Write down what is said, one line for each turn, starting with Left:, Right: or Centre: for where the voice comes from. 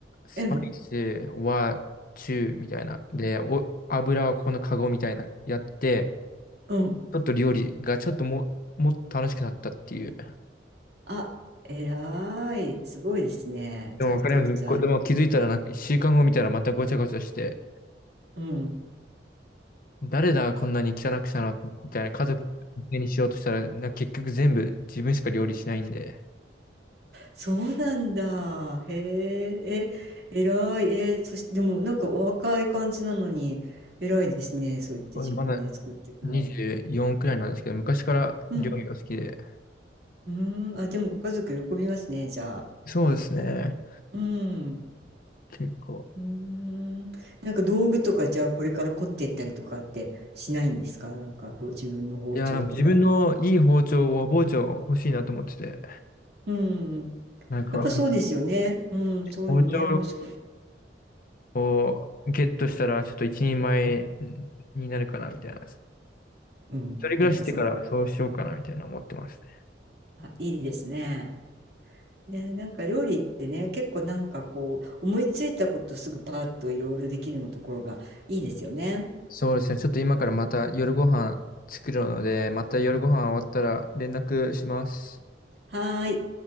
Left: スパイスは中みたいな。
Right: うん、
Left: で、お、油はここのカゴみたいなやって、
Right: うん。
Left: ちょっと料理がちょっとも、もっと楽しくなったっていう。
Right: あ、えらい。すごいですね。
Left: でもわかります。
Right: ちゃんと、じゃあ、
Left: これでも気づいたらなんか週間後見たらまたごちゃごちゃして、
Right: うん。
Left: 誰だこんなに汚くしたのみたいな家族にしようとしたら、な結局全部自分しか料理しないんで、
Right: そうなんだ。へえ、え、偉い。えー、そし、でもなんかお若い感じなのに、偉いですね。そう言って自分で作っていくの。
Left: ままだ24くらいなんですけど、昔から料理が好きで。
Right: うん。うーん。あ、でもご家族喜びますね、じゃあ。
Left: そうですね。
Right: うん。
Left: 結構。
Right: うーん。なんか道具とか、じゃあこれから凝っていったりとかってしないんですかなんかほ自分の包丁とか。
Left: いや、でも自分のいい包丁、和包丁欲しいなと思ってて。
Right: うん。
Left: なんか、
Right: やっぱそうですよね。うん。そういうのね、
Left: 包丁
Right: 欲しく。
Left: をゲットしたら、ちょっと一人前になるかな、みたいな。一
Right: うん。
Left: 人暮らししてからそうしようかな、
Right: なんかそんな感
Left: みたいな思ってますね。
Right: じ。あ、いいですね。ね、なんか料理ってね、結構なんかこう、思いついたことすぐパーッといろいろできるのところがいいですよね。
Left: そうですね。ちょっと今からまた夜ご飯作るので、また夜ご飯終わったら連絡します。
Right: はーい。